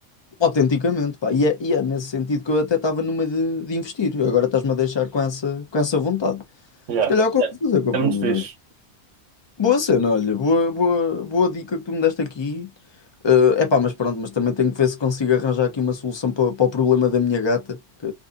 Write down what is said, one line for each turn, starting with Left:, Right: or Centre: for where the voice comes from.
Left: Autenticamente, pá. E é, e é nesse sentido que eu até estava numa de, de investir. Agora estás-me a deixar com essa, com essa vontade.
Right: Yeah.
Left: Se calhar é confusa,
Right: É
Left: companheiro.
Right: é muito fixe.
Left: olha. Boa cena, olha. Boa, boa, boa dica que tu me deste aqui. é epá, mas pronto, mas também tenho que ver se consigo arranjar aqui uma solução para, para o problema da minha gata. Que,